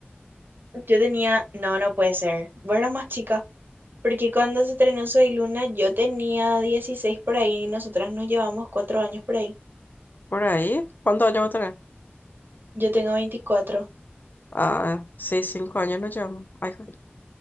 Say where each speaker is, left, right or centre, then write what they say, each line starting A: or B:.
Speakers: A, on the right (about 55°); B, on the left (about 50°).
A: yo tenía, no, no puede ser. Vos eras más chica. Porque cuando se estrenó Soy Luna, yo tenía 16 por ahí y nosotras nos llevamos 4 años por ahí.
B: Por ahí, ¿cuántos años va a tener?
A: Yo tengo veinticuatro
B: Ah, sí, cinco años no llevamos, ay, joder.